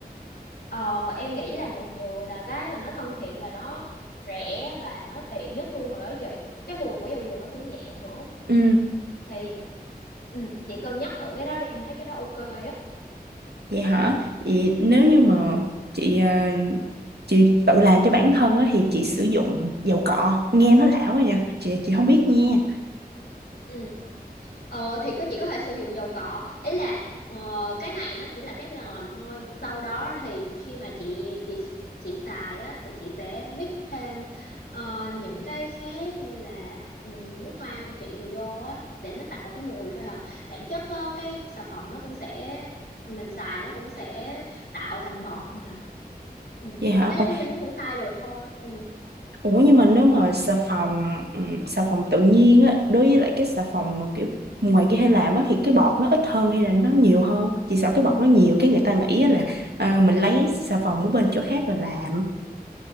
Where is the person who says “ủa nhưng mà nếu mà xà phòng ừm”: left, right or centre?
Right